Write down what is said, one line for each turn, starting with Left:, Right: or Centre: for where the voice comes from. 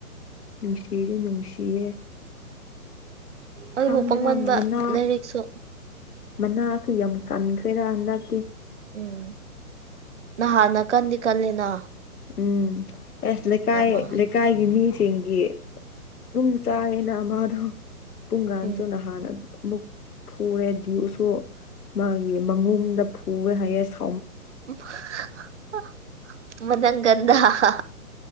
Left: ꯅꯨꯡꯁꯤꯔ‌ꯦ ꯅꯨꯡꯁꯤꯌꯦ
Right: ꯑꯗꯨꯕꯨ
Left: ꯈꯪꯗꯦꯗ
Right: ꯄꯪꯃꯟꯕ
Left: ꯃꯅꯥ
Right: ꯂꯥꯏꯔꯤꯛꯁꯨ
Left: ꯃꯅꯥꯁꯨ ꯌꯥꯝ ꯀꯪꯈ꯭ꯔꯦꯗꯥ ꯍꯥꯟꯗꯛꯇꯤ
Right: ꯎꯝ ꯅꯍꯥꯟꯅ ꯀꯟꯗꯤ ꯀꯜꯂ‌ꯦꯅꯥ
Left: ꯎꯝ ꯑꯁ ꯂꯩꯀꯥꯏ‌
Right: ꯃꯥ
Left: ꯂꯩ ꯀꯥꯏꯒꯤ ꯃꯤꯁꯤꯡꯒꯤ ꯑꯗꯨꯝ ꯆꯥꯏꯌꯦꯅꯥ ꯃꯥꯗꯣ ꯄꯨꯡꯒꯥꯥꯟꯆꯣ
Right: ꯎꯝ
Left: ꯅꯍꯥꯟ ꯑꯃꯨꯛ ꯐꯨꯔꯦ ꯗꯨꯁꯨ ꯃꯥꯒꯤ <unintelligible> ꯐꯨꯋ‌ꯦ ꯍꯥꯏꯌꯦ ꯁ
Right: <unintelligible> ꯃꯅꯪꯒꯟꯗꯥ ꯍꯥ